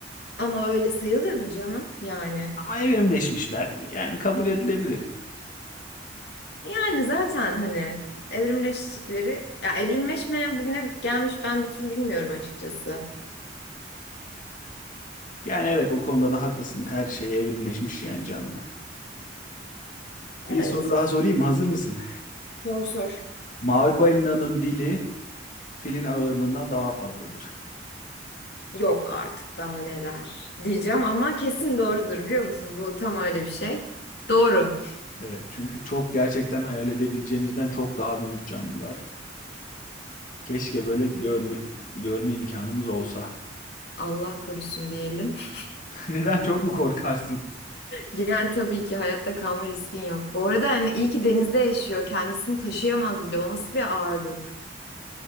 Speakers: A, on the left (about 60°); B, on the left (about 45°).
A: ama öyle sayılır mı canım? Yani.
B: Ama evrimleşmişler. Yani kabul edilebilir.
A: Yani zaten hani evrimleştikleri ya evrimleşmeyen bugüne gelmiş ben bir tür bilmiyorum açıkçası.
B: Yani evet o konuda da haklısın. Her şey evrimleşmiş yani canlı.
A: Evet.
B: Bir soru daha sorayım mı? Hazır mısın?
A: Sor sor.
B: <laughs> Mavi balinanın dili filin ağırlığından daha fazladır.
A: Yok artık daha neler diyeceğim ama kesin doğrudur biliyor musun? Bu tam öyle bir şey. Doğru.
B: Evet çünkü çok gerçekten hayal edebileceğimizden çok daha büyük canlılar. Keşke böyle görme, görme imkanımız olsa.
A: Allah korusun diyelim. <laughs>
B: <laughs> Neden çok mu korkarsın?
A: Yani tabii ki hayatta kalma riskin yok. Bu arada hani iyi ki denizde yaşıyor. Kendisini taşıyamaz bile. O nasıl bir ağırlık?